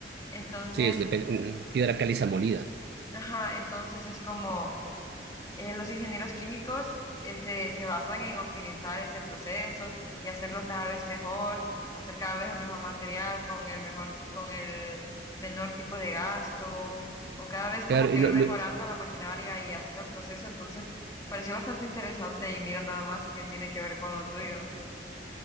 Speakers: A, on the left; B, on the right.
A: Entonces,
B: sí, es de pe- piedra caliza molida.
A: ajá, entonces es como eh, los ingenieros químicos eh, se, se basan en optimizar ese proceso y hacerlo cada vez mejor, hacer cada vez el mejor material con el mejor, con el menor tipo de gasto, o cada vez como
B: Claro,
A: que
B: y lo,
A: ir mejorando
B: lo-
A: la maquinaria y haciendo el proceso. Entonces, pareció bastante interesante y mira nada más que tiene que ver con lo tuyo.